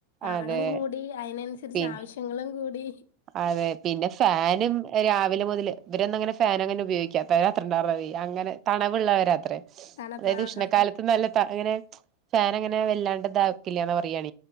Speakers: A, on the left (about 55°); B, on the right (about 30°).
A: ആളുംകൂടി
B: അതെ
A: അത് - ആവശ്യങ്ങളും
B: പി
A: കൂടി
B: അതെ പിന്നെ ഫാനും രാവിലെ മുതൽ ഇവരന്ന അങ്ങനെ ഫാൻ അങ്ങനെ ഉപയോഗിക്കത്ത രാത് ഉണ്ടായിരുന്ന മതി അങ്ങനെ തണവള്ളവരാ അ
A: തണുപ്പ്
B: അതായത്
A: ആഹ്
B: ഉഷ്ണക്കാലത്ത്
A: ആഹ്
B: നല്ല അങ്ങനെ ഫാന അങ്ങനെ വെല്ലാണ്ടത ആക്കില്ലന്ന പറയാണ